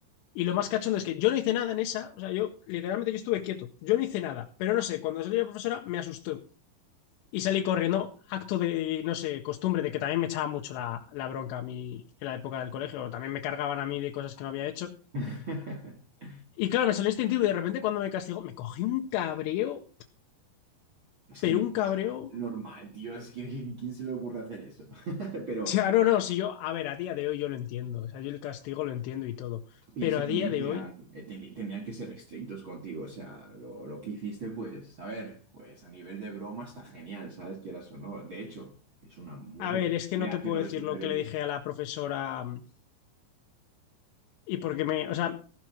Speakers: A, on the left (about 80°); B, on the right (about 65°).
A: Y lo más cachondo es que yo no hice nada en esa, o sea, yo literalmente yo estuve quieto, yo no hice nada, pero no sé, cuando salió la profesora me asustó. Y salí corriendo, acto de, no sé, costumbre, de que también me echaba mucho la, la bronca a mí en la época del colegio, también me cargaban a mí de cosas que no había hecho.
B: <laughs>
A: Y claro, me salió instintivo y de repente cuando me castigó, me cogí un cabreo,
B: Es
A: pero
B: que no,
A: un cabreo.
B: normal, tío, es que ¿quién quién se le ocurre hacer eso? <laughs> Pero
A: Ya, no, no, si yo, a ver, a día de hoy yo lo entiendo, o sea, yo el castigo lo entiendo y todo,
B: piensa
A: pero a
B: también
A: día de
B: que
A: hoy,
B: eran, eh, te- tenían que ser estrictos contigo, o sea, lo, lo que hiciste, pues, a ver, pues a nivel de broma está genial, ¿sabes? Quieras o no. De hecho, es una muy
A: a ver,
B: buena
A: es que
B: idea
A: no te
B: hacerlo
A: puedo decir
B: de superhéroe,
A: lo que le dije a la profesora mm, Y porque me, o sea,